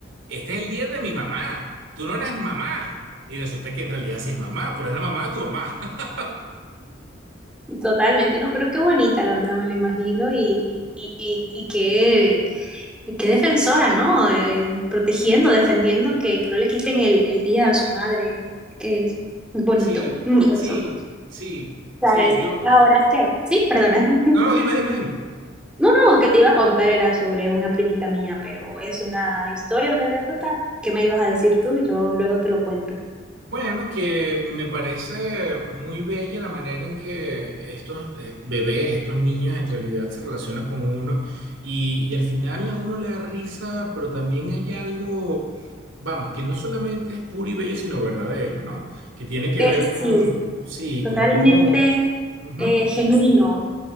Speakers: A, on the right; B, in the centre.
A: Este es el día de mi mamá tú no eres mamá. Y resulta que en realidad sí es mamá, pero es la mamá de tu mamá. <laughs>
B: Totalmente, no, pero qué bonita, la verdad, me la imagino y, y, y, y qué, y qué defensora, ¿no? Eh, protegiendo, defendiendo, que no le quiten el, el día a su madre, que es bonito,
A: Sí,
B: mm,
A: sí,
B: eso.
A: sí,
B: ¿Sabes?
A: sí, yo,
B: Ahora que, sí, perdona. <laughs>
A: No, no, dime, dime, dime.
B: No, no, que te iba a contar era sobre una primita mía, pero es una historia, una anécdota que me ibas a decir tú, yo luego te lo cuento.
A: bueno, que me parece muy bella la manera en que estos eh, bebés, estos niños en realidad se relacionan con uno y, y al final a uno le da risa, pero también hay algo, vamos, que no solamente es puro y bello, sino verdadero, ¿no? Que tiene que
B: Eh,
A: ver con,
B: sí,
A: sí,
B: totalmente
A: con cómo... Ujú,
B: eh, genuino,
A: dime.